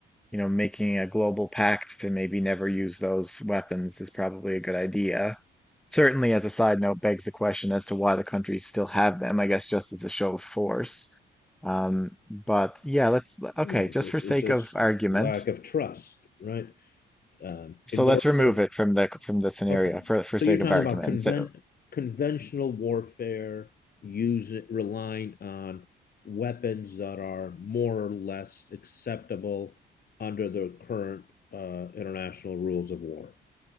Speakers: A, in the centre; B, on the left.
A: you know, making a global pact to maybe never use those weapons is probably a good idea. Certainly, as a side note, begs the question as to why the countries still have them, I guess just as a show of force. Um, but yeah, let's okay,
B: Well,
A: just
B: it's,
A: for sake
B: it's it's
A: of argument.
B: lack of trust, right? Um,
A: So
B: in order
A: let's remove
B: to
A: it from the from the scenario
B: okay,
A: for for
B: so
A: sake
B: you're talking
A: of argument.
B: about convent
A: So,
B: conventional warfare using relying on weapons that are more or less acceptable under the current uh, international rules of war.